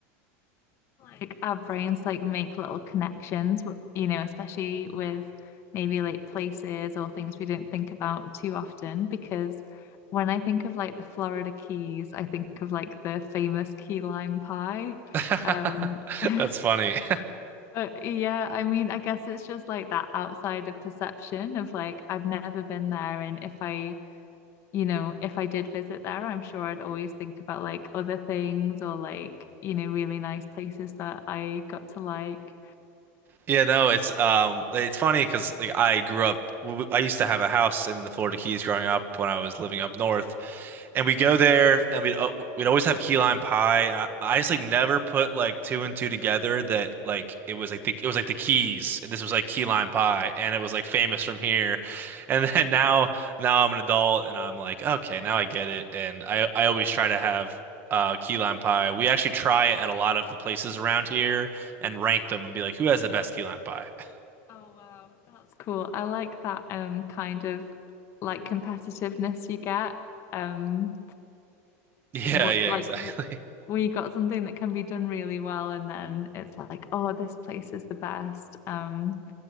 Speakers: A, on the left; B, on the right.
A: like our brains like make little connections, you know, especially with maybe like places or things we don't think about too often. Because when I think of like the Florida Keys, I think of like the famous key lime pie.
B: <laughs>
A: Um, <laughs>
B: That's funny.
A: but yeah, I mean, I guess it's just like that outside of perception of like I've never been there, and if I you know, if I did visit there, I'm sure I'd always think about like other things or like, you know, really nice places that I got to like.
B: Yeah, no, it's um, it's funny because like I grew up, w- w- I used to have a house in the Florida Keys growing up when I was living up north, and we go there and we'd al- we'd always have key lime pie. and I, I just like never put like two and two together that like it was like the it was like the Keys and this was like key lime pie and it was like famous
A: Yeah.
B: from here, <laughs> and then now now I'm an adult and I'm like okay now I get it and I I always try to have uh key lime pie. We actually try it at a lot of the places around here and rank them and be like, who has the best key lamp pie? <laughs>
A: Oh, wow. That's cool. I like that um kind of like competitiveness you get. Um
B: Yeah,
A: what
B: yeah,
A: like
B: exactly.
A: w- we got something that can be done really well and then it's like, oh, this place is the best. Um